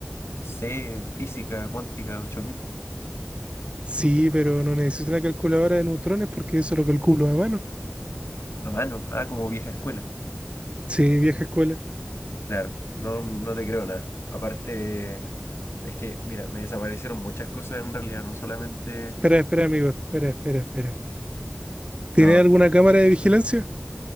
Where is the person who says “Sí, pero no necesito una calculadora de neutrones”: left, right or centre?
Right